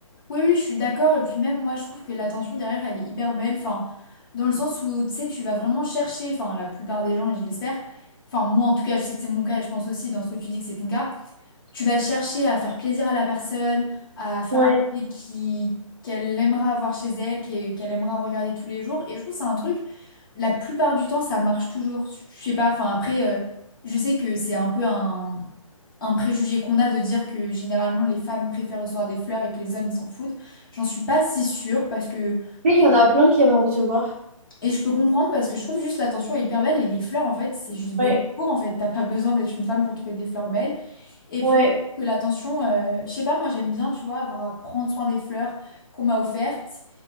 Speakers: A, on the left; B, on the right.
A: Oui, oui, je suis d'accord. Et puis même moi, je trouve que l'attention derrière, elle est hyper belle. Enfin, dans le sens où, tu sais, tu vas vraiment chercher, enfin, la plupart des gens, et je l'espère, enfin, moi en tout cas, je sais que c'est mon cas, et je pense aussi dans ce que tu dis que c'est ton cas, tu vas chercher à faire plaisir à la personne, à faire
B: Ouais.
A: un truc qui, qu'elle aimera avoir chez elle, qui- qu'elle aimera regarder tous les jours. Et je trouve que c'est un truc, la plupart du temps, ça marche toujours. Je sais pas, enfin, après, euh, je sais que c'est un peu un un préjugé qu'on a de dire que généralement les femmes préfèrent recevoir des fleurs et que les hommes ils s'en foutent. J'en suis pas si sûre parce que
B: Mais il y en a plein qui aiment en recevoir.
A: et je peux comprendre parce que je trouve juste l'attention est hyper belle et les fleurs en fait c'est juste beau
B: Ouais,
A: tout court en fait t'as pas besoin d'être une femme pour trouver des fleurs belles et
B: ouais.
A: puis même que l'attention euh, je sais pas moi j'aime bien tu vois avoir à prendre soin des fleurs qu'on m'a offertes